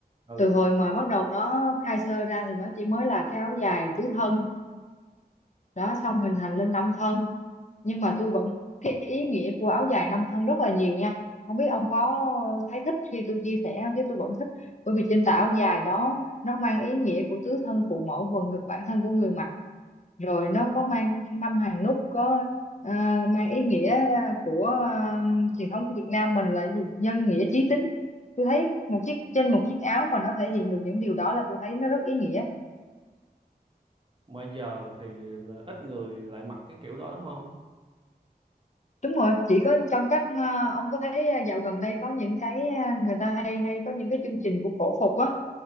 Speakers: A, on the right; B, on the left.
A: ừ
B: từ hồi mà bắt đầu nó khai sơ ra thì nó chỉ mới là cái áo dài tứ thân đó xong hình thành lên năm thân nhưng mà tôi vẫn cái ý nghĩa của áo dài năm thân rất là nhiều nha không biết ông có thấy thích khi tôi chia sẻ không chứ tôi vẫn thích bởi vì trên tà áo dài đó nó mang ý nghĩa của tứ thân phụ mẫu và người, bản thân của người mặc rồi nó có mang năm hàng nút có ờ, mang ý nghĩa của ờ, truyền thống của Việt Nam mình là gì nhân nghĩa chí tín tôi thấy một chiếc trên một chiếc áo mà nó thể hiện được những điều đó là tôi thấy nó rất ý nghĩa
A: mà giờ thì là ít người lại mặc cái kiểu đó đúng không
B: đúng rồi chỉ có trong các ờ, ông có thấy ờ, dạo gần đây có những cái ờ, người ta hay hay có những cái chương trình của cổ phục á